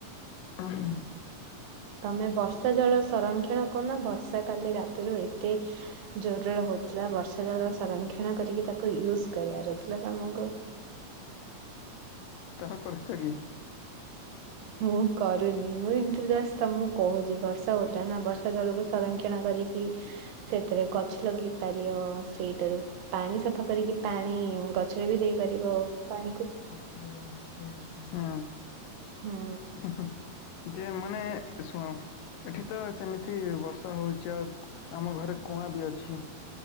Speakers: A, on the left; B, on the right.
A: <unintelligible>
B: ତମେ ବର୍ଷା ଜଳ ସଂରକ୍ଷଣ କରୁନ ବର୍ଷା କାଲି ରାତିରୁ ଏତେ ଜୋର୍ ରେ ହଉଥିଲା। ବର୍ଷା ଜଳ ସଂରକ୍ଷଣ କରିକି ତାକୁ ୟୁଜ୍ କରିଆର ଥିଲା ତମକୁ।
A: ତାହା କରଛ କି?
B: ମୁଁ କରୁନି। ମୁଁ ଏମିତି ଜଷ୍ଟ ତମକୁ କହୁଛି ବର୍ଷା ତ ଓଦା ନା ବର୍ଷା ଜଳକୁ ସଂରକ୍ଷଣ କରିକ୍ କି ସେଥିରେ ଗଛ ଲଗେଇ ପାରିବ ସେଇଟାରୁ। ପାଣି ସଫା କରିକି ପାଣି ଗଛରେ ବି ଦେଇପାରିବ ପାଣିକୁ।
A: <unintelligible> ହଁ ହେଁ
B: ହୁଁ
A: -ହଁ। ଯେ ମାନେ ଶୁଣ? ଏଠି ତ ସେମିତି ବର୍ଷା ହଉଛି, ଆଉ ଆମ ଘରେ କୁଆଁ ବି ଅଛି।